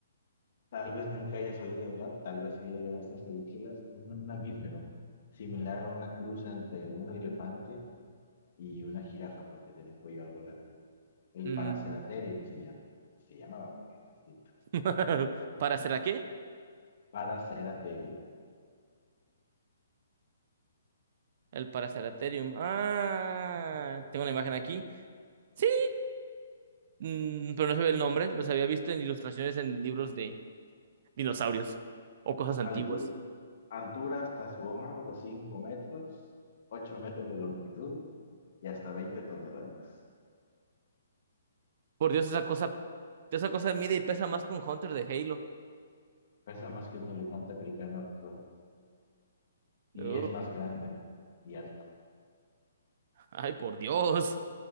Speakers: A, on the left (about 55°); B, on the right (about 45°).
A: Tal vez nunca hayas oído hablar, tal vez sí lo hayas visto en películas, un mamífero similar a una cruz entre un elefante y una jirafa, porque tenía un cuello algo largo. El
B: Mm.
A: Paraceratherium se llama, se llamaba porque está extinto.
B: <laughs> ¿Para qué?
A: Paraceratherium.
B: El Paraceratherium. Ah, tengo una imagen aquí. Sí, mm, pero no se ve el nombre. Los había visto en ilustraciones en libros de dinosaurios o cosas antiguas.
A: Altu- altura hasta su hombro de 5 metros, 8 metros de longitud y hasta 20 toneladas.
B: Por Dios, esa cosa, esa cosa mide y pesa más que un Hunter de Halo.
A: Pesa más que un elefante africano actual y
B: Oh,
A: es más grande y alto.
B: ay, por Dios.